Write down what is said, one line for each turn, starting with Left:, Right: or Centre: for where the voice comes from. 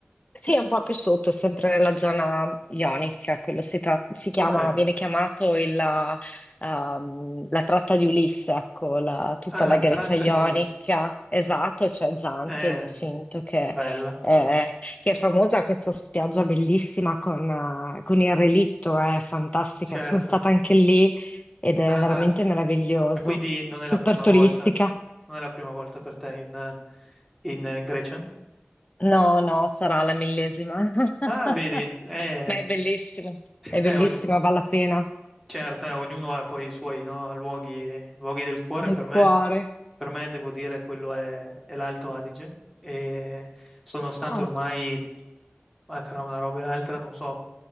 Left: Sì, è un po' più sotto, sempre nella zona ionica, quello si, tra- si chiama,
Centre: Ok.
Left: viene chiamato il, ah, ehm, la tratta di Ulisse, ecco, la- tutta
Centre: Ah, la
Left: la Grecia
Centre: tratta
Left: ionica,
Centre: di Ulisse.
Left: esatto, c'è Zante,
Centre: Eh,
Left: Giacinto, che,
Centre: bella,
Left: eh, che è famosa questa spiaggia bellissima con, ah, con il relitto, è fantastica,
Centre: certo.
Left: sono stata anche lì ed è
Centre: Ah,
Left: veramente meraviglioso,
Centre: e quindi non
Left: super
Centre: è la prima
Left: turistica.
Centre: volta, non è la prima volta per te in, in- in Grecia?
Left: No, no, sarà la millesima. <laughs> Ma
Centre: Ah, vedi, eh,
Left: è bellissimo,
Centre: <laughs>
Left: è bellissima,
Centre: eh, og-
Left: vale la pena.
Centre: certo, eh, ognuno ha poi i suoi, no, luoghi, luoghi del cuore,
Left: Del
Centre: per me,
Left: cuore.
Centre: per me devo dire quello è, è l'Alto Adige e sono stato
Left: Ah,
Centre: ormai ma tra una roba e l'altra, non so,